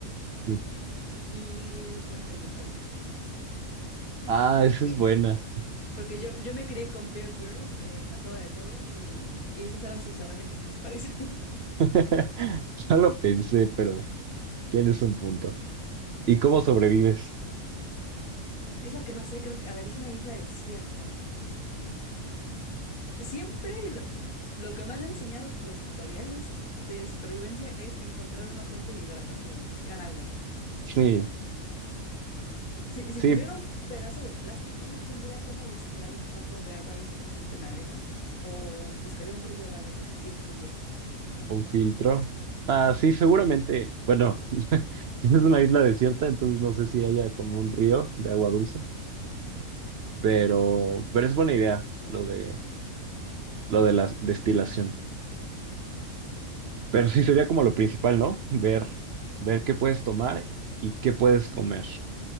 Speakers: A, on the right; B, on the left.
A: sí.
B: y, y una cantinflora.
A: Ah,
B: Porque
A: esa es buena.
B: Porque yo, yo me crié con Bear Girls eh, en la prueba de todo y, y esas eran sus herramientas principales. <laughs>
A: <laughs> No lo pensé, pero tienes un punto. ¿Y cómo sobrevives?
B: Es lo que no sé, creo que, a ver, es una isla desierta. Siempre lo, lo que me han enseñado los tutoriales de supervivencia es encontrar una fuente de hidratación, buscar agua.
A: Sí,
B: Si, si
A: sí,
B: tuviera un pedazo de plástico, yo tendría como destilar un poco de agua ahí con un hoyito en la arena o buscaría un río de agua dulce si es que hubiera.
A: un filtro. Ah, sí, seguramente. Bueno, <laughs> tienes una isla desierta, entonces no sé si haya como un río de agua dulce. Pero, pero es buena idea lo de, lo de la destilación. Pero sí sería como lo principal, ¿no? Ver, ver qué puedes tomar y qué puedes comer.